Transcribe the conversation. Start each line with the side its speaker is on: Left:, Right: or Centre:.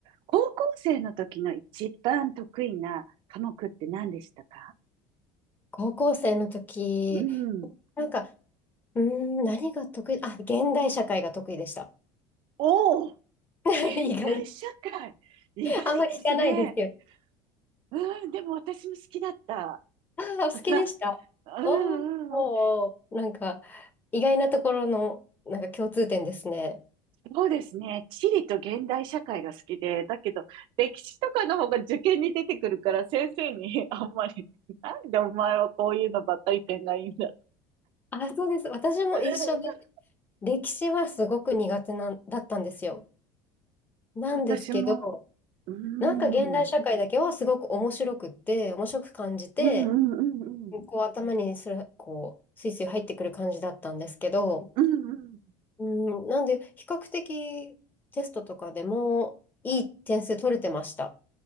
Right: 高校生の時の一番得意な科目って何でしたか
Left: 高校生の時、
Right: うん。
Left: なんか、うーん、何が得意、あ、現代社会が得意でした。
Right: おお、現
Left: <laughs> 意外、
Right: 代社会。意外ですね。
Left: あんま聞かないですよ。
Right: うん、でも私も好きだった。
Left: ああ、お好きでした。
Right: <laughs> うんうんうん。
Left: おお、なんか、意外なところの、なんか共通点ですね。
Right: そうですね。地理と現代社会が好きで、だけど、歴史とかの方が受験に出てくるから、先生に <laughs> あんまり、なんでお前はこういうのばっかり点がいいんだ。
Left: あ、そうです。私も一緒で、
Right: <laughs>
Left: 歴史はすごく苦手なんだったんですよ。なんですけど、
Right: 私も、うん、
Left: なんか現代社会だけはすごく面白くって、
Right: うん
Left: 面白く感じて、
Right: うんうんうん。
Left: こう頭にすら、こう、スイスイ入ってくる感じだったんですけど、
Right: うんうん
Left: うん、なんで、比較的テストとかでもいい点数取れてました。